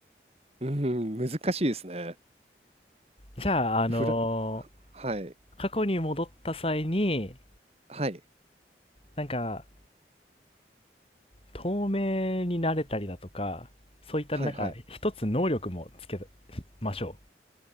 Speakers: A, on the right (about 35°); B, on the left (about 30°).
A: うん、難しいですね。
B: じゃあ、あのー
A: フラ、はい、
B: 過去に戻った際に、
A: はい、
B: なんか、透明になれたりだとか、そういったなんか、
A: はい、はい。
B: 一つ能力もつけましょ